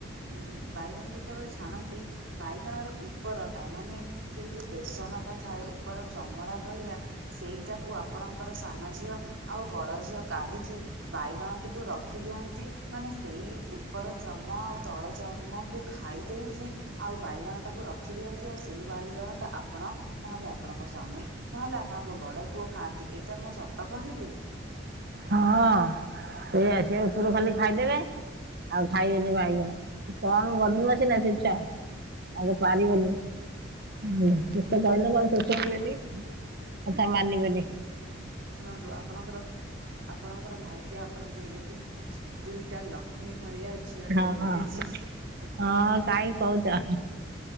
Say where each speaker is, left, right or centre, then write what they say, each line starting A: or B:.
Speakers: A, on the right (about 85°); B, on the right (about 55°).
A: ଉଁ ବାଇଗଣ ଯେତେବେଳେ ଛାଣନ୍ତି ବାଇଗଣର ଉପରଟା ମାନେ ସେଇ ଯୋଉ ବେସନଟା ଥାଏ ଉପର ଚମଡା ଭଳିଆ ସେଇଟାକୁ ଆପଣଙ୍କର ସାନ ଝିଅ ଆଉ ବଡ ଝିଅ କାଢିକି। ବାଇଗଣଟିକୁ ରଖିଦିଅନ୍ତି ମାନେ ସେଇ ଉପର ଚମ ତଳ ଚର୍ମକୁ ଖାଇ ଦେଇକି। ଆଉ ବାଇଗଣ ଟାକୁ ରଖି ଦିଅନ୍ତି ଆଉ ସେଇ ବାଇଗଣ ଟା ଆପଣ। ନହେଲେ ଆପଣଙ୍କ ସ୍ଵାମୀ ନହେଲେ ଆପଣଙ୍କ ବଡ ପୁଅ ଖାଆନ୍ତି ଏଇଟା ମୁଁ ସତ କହିଲି।
B: ହଁ ସେ ଆସିବେ ଉପୁରୁ ଖାଲି ଖାଇଦେବେ। ଆଉ ଖାଇବେନି ବାଇଗଣ କମ୍ ବଦମାସୀ ନା ସେ ଛୁଆ। ଆକୁ ପାରିବନି <unintelligible> ଯେତେ କହିଲେ କଣ ସେ ଶୁଣିବେନି। କଥା ମାନି ବେନି।
A: ଶୁଣନ୍ତୁ ଆପଣଙ୍କର। ଆପଣଙ୍କର ଭାଗ୍ୟ ଆପଣଙ୍କୁ ଏମିତି ଦୁଇଟା ଲକ୍ଷ୍ମୀ ଭଳିଆ। ଝିଅଟେ
B: ହଁ
A: ମିଳିଛି
B: ହଁ କାହିଁ କହୁଛ।